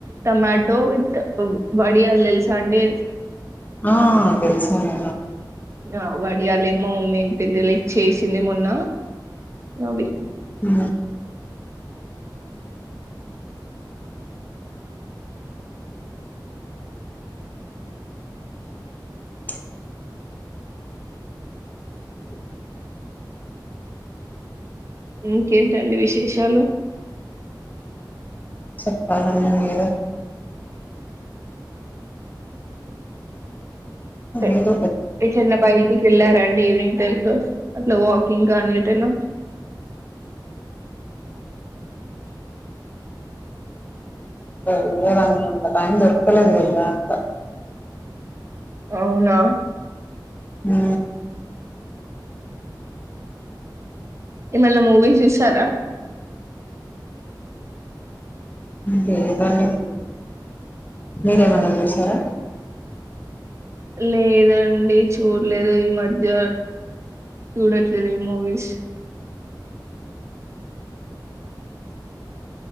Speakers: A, on the right; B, on the left.
A: టమాటో విత్ వడియాలు తెలుచ అండి
B: ఆ తెల్సానే
A: నా వాడియాల మా మమ్మీ ఏంపింది లైక్ చేసింది మొన్న అవి
B: హ అ అ
A: ఇంకేంటండి విశేషాలు
B: చెప్పాలం న మీర
A: ఎ-
B: ఏద
A: ఎటైనా బయటకి వెళ్ళారాండి ఈవినింగ్ టై లో అట్లా వాకింగ్ నీటైనా
B: వెలేదాన్ని అంత టైం దొరకలేదు వెళ్ళా అంత
A: అవునా
B: ఉ
A: ఏమన్నా మూవీ చూసారా
B: లేదండి మీరేమన్నా చూసారా
A: లేదండి చూడలేదు ఈ మధ్య చూడట్లేదు ఈ మూవీస్